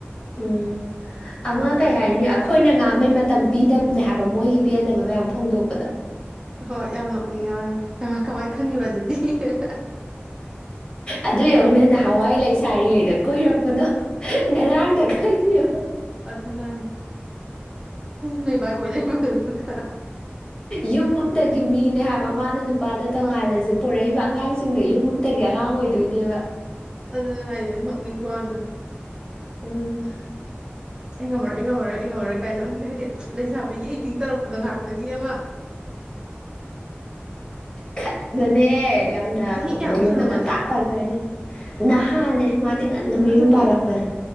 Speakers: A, on the left; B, on the right.
A: ꯎꯝ ꯑꯃ
B: ꯍꯣꯏ ꯑꯗꯨ
A: ꯀꯩ ꯍꯥꯏꯅꯤ ꯑꯛ ꯈꯣꯏꯅ ꯉꯥꯡꯕꯩ ꯃꯇꯝ ꯄꯤꯗꯝꯕꯅꯦ ꯍꯥꯏꯕ ꯃꯣꯏꯒꯤ ꯄꯦꯟꯗꯕ ꯃꯌꯥꯝ ꯐꯣꯡꯗꯣꯛꯄꯗ
B: ꯍꯣꯏ ꯌꯥꯝ ꯅꯣꯛꯅꯤꯡꯉꯦ ꯍꯥꯏꯕ ꯍꯩꯃꯥ ꯀꯃꯥꯏ ꯈꯪꯉꯤꯕ ꯑꯗꯨꯗꯤ
A: ꯑꯗꯨ ꯌꯣꯡꯅꯦ ꯅꯍꯥꯟꯋꯥꯏ ꯂꯩꯁꯥꯔꯤꯉꯩꯗ ꯀꯣꯏꯔꯛꯄꯗꯣ ꯉꯔꯥꯡꯗ ꯈꯪꯉꯤꯅꯦꯕ
B: ꯑꯗꯨꯅꯟ ꯅꯣꯏ ꯕꯥꯏ ꯎꯔꯗꯤ <unintelligible> ꯑꯗꯨꯒ
A: ꯌꯨꯝ ꯑꯝꯇꯒꯤ ꯃꯤꯅꯦ ꯍꯥꯏꯕ ꯃꯥꯅ ꯅꯨꯄꯥꯗ ꯇꯣꯡꯉꯥꯜꯂꯖꯨ
B: ꯃꯥꯅꯦ
A: ꯄꯣꯔꯛꯏꯕ ꯑꯉꯥꯡꯁꯤꯡꯗꯣ ꯌꯨꯝ ꯑꯝꯇꯒꯤ ꯑꯉꯥꯡ ꯑꯣꯏꯗꯣꯏꯅꯦꯕ
B: ꯑꯗꯨꯅꯦ ꯍꯥꯏꯖꯦ ꯅꯣꯛꯅꯤꯡꯕ ꯋꯥꯅꯤꯗ
A: ꯎꯝ
B: ꯑꯩ ꯉꯝꯃꯔꯣꯏ ꯑꯩ ꯉꯝꯃꯔꯣꯏ ꯑꯩ ꯉꯝꯃꯔꯣꯏ ꯀꯥꯏꯅ ꯅꯣꯛꯅꯤꯡ ꯍꯥꯏꯗꯤ ꯂꯩꯁꯥꯕꯤꯒꯤ ꯑꯦꯛꯇꯤꯡ ꯇꯧꯔꯛꯄꯗꯣ ꯉꯥꯛ ꯇꯪꯒꯤ ꯑꯃ
A: ꯈꯠꯂꯣꯅꯦ ꯌꯥꯝꯅ
B: ꯆꯍꯤ ꯀꯌꯥꯃꯨꯛ
A: ꯃꯌꯨꯝꯗꯣ
B: ꯁꯨꯔꯝꯃꯅꯤ
A: ꯉꯟꯇꯥ ꯄꯥꯟ <unintelligible> ꯅꯍꯥꯅꯦ ꯃꯥꯗꯤ ꯉꯟꯅ ꯃꯌꯨꯝ
B: ꯑꯗꯨꯅꯦ
A: ꯄꯥꯜꯂꯛꯄꯅꯦ